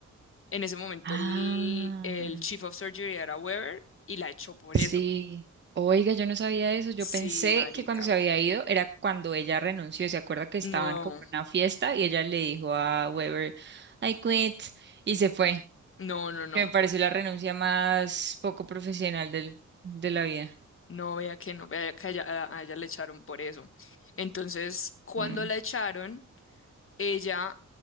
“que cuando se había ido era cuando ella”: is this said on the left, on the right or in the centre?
Right